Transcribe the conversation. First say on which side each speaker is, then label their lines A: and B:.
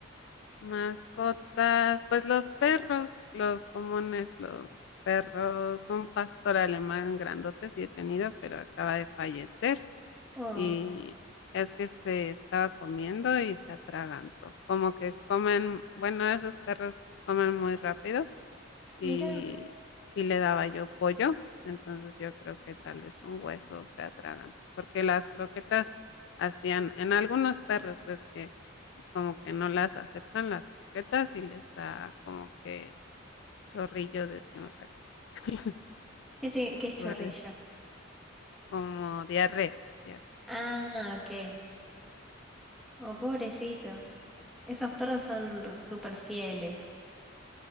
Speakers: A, on the left; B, in the centre.
A: Mascotas, pues los perros, los comunes, los perros, un pastor alemán grandote sí he tenido, pero acaba de fallecer
B: Oh,
A: y es que se estaba comiendo y se atragantó. Como que comen, bueno, esos perros comen muy rápido y,
B: mira,
A: y le daba yo pollo. Entonces yo creo que tal vez un hueso se atraganta, porque las croquetas hacían, en algunos perros ves que como que no las aceptan las croquetas y les da como que chorrillo, decimos aquí, <laughs>
B: qué, se- qué es chorrilla.
A: por eso, como diarrea. diarrea.
B: Ah, ok. Oh, pobrecito. S- Esos perros son r- súper fieles.